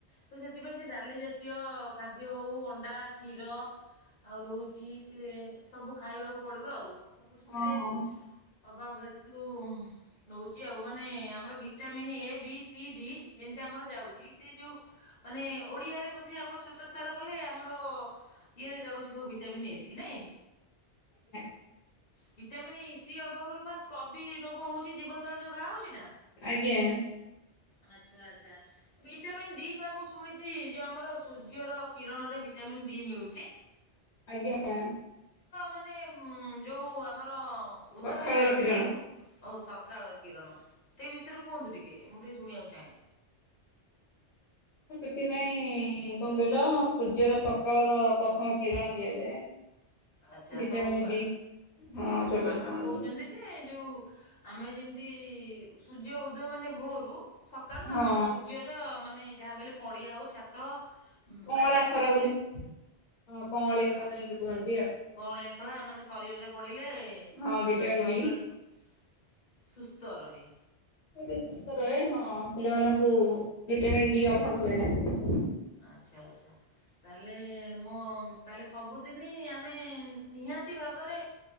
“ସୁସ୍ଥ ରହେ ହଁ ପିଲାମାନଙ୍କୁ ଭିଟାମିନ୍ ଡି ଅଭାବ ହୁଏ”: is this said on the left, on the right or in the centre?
Left